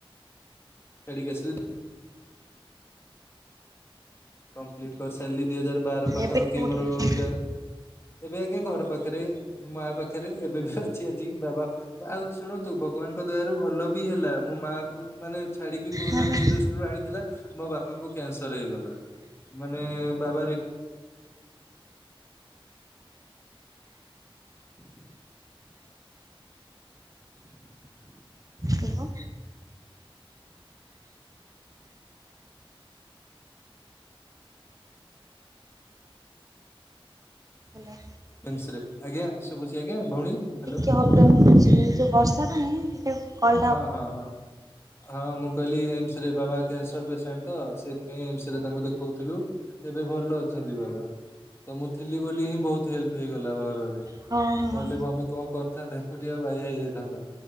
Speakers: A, on the left; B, on the right.
A: ଛାଡ଼ିକି ଆସିଲୁ। କମ୍ପ୍ଲିଟ କରି ସାରିଲି ଦି ହଜାର ବାର ପାଖାପାଖି
B: ଏବେ କୋଉଠି
A: ମୋର
B: ଅଛନ୍ତି?
A: ଗ୍ରା ଏବେ ଆଜ୍ଞା ଘର ପାଖରେ ମା ପାଖରେ ଏବେ ବି ଅଛି ଆଜି ବାବା ଆଉ ଶୁଣନ୍ତୁ ଭଗବାନଙ୍କ ଦୟାରୁ ଭଲ ବି ହେଲା ମୋ ମାଆ କୁ ମାନେ ଛାଡ଼ିକି କଉ
B: ହଁ
A: ନା
B: ହଁ
A: କୋଉ ଦୃଷ୍ଟିରୁ ଆଣିଥିଲା ମୋ ବାପାଙ୍କୁ କ୍ୟାନସର ହେଇଗଲା। ମାନେ ବାବାରି
B: ହ୍ୟାଲୋ ହ୍ୟାଲୋ
A: ଏମ୍ସ ରେ ଆଜ୍ଞା ଶୁଭୁଚି ଆଜ୍ଞା ଭଉଣୀ ହ୍ୟାଲୋ
B: <unintelligible> ଏ ଯୋଉ ବର୍ଷା ପାଇଁ ଏ <unintelligible>
A: ହଁ ହଁ ହଁ ହଁ ମୁ କହିଲି ଏମ୍ସରେ ବାବା କ୍ୟାନସର ପେସେଣ୍ଟ ତ ସେଥିପାଇଁ ଏମସେରେ
B: ଓହୋ
A: ତାଙ୍କୁ ଦେଖଉଥିଲୁ ଏବେ ଭଲ ଅଛନ୍ତି ବାବା। ତ ମୁଁ ଥିଲି ବୋଲି ହିଁ ବହୁତ ହେଲ୍ପ ହେଇଗଲା ଘରରେ।
B: ହଁ
A: ନହେଲେ
B: ହଁ
A: ମମି କଣ କରିଥାନ୍ତା ଏକୁଟିଆ ବାଇଆ ହେଇଯାଇଥାନ୍ତା।